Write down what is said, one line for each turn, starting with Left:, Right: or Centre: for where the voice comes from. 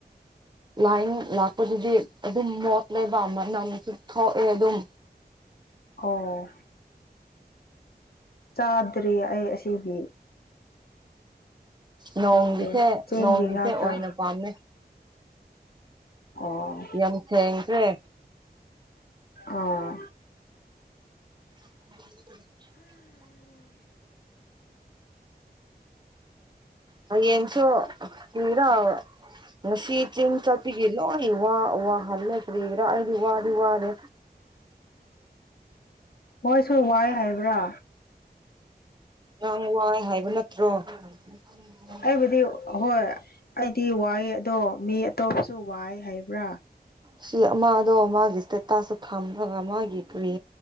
Right: ꯂꯥꯏꯟ ꯂꯥꯛꯄꯗꯨꯗꯤ ꯑꯗꯨꯝ ꯃꯣꯠꯂꯦꯕ ꯑꯅꯝꯁꯨ ꯊꯣꯛꯑꯦ ꯑꯗꯨꯝ
Left: ꯑꯣ ꯆꯥꯗ꯭ꯔꯦ ꯑꯩ ꯑꯁꯤꯒꯤ
Right: ꯅꯣꯡꯒꯤꯁꯦ
Left: ꯈꯪꯗꯦ ꯆꯦꯡꯒꯤ
Right: ꯅꯣꯡꯒꯤꯁꯦ
Left: ꯉꯥꯛꯇ
Right: ꯑꯣꯏꯅ ꯄꯥꯝꯃꯦ
Left: ꯑꯣ
Right: ꯌꯥꯝ ꯊꯦꯡꯈ꯭ꯔꯦ
Left: ꯑꯥ
Right: <inaudible> ꯍꯌꯦꯡꯁꯨ ꯀꯔꯤꯔ ꯉꯁꯤ ꯆꯤꯡ ꯆꯠꯄꯤꯒꯤ ꯂꯣꯏ ꯋꯥ ꯋꯥꯍꯜꯂꯦ ꯀꯔꯤꯒꯤꯔꯥ ꯑꯩꯗꯤ ꯋꯥꯗꯤ ꯋꯥꯔꯦ
Left: ꯃꯣꯏꯁꯨ ꯋꯥꯏ ꯍꯥꯏꯕ꯭ꯔꯥ
Right: ꯅꯪ ꯋꯥꯏ ꯍꯥꯏꯕ ꯅꯠꯇ꯭ꯔꯣ <inaudible>
Left: ꯑꯩꯕꯨꯗꯤ ꯍꯣꯏ ꯑꯩꯗꯤ ꯋꯥꯏꯑꯦ ꯑꯗꯣ ꯃꯤ ꯑꯇꯣꯞꯄꯁꯨ ꯋꯥꯏ ꯍꯥꯏꯕ꯭ꯔꯥ
Right: ꯁꯤ ꯑꯃ ꯑꯗꯣ ꯃꯥꯒꯤ ꯏꯁꯇꯦꯇꯥꯁꯇꯣ ꯊꯝꯔꯒ ꯃꯥꯒꯤ ꯀꯔꯤ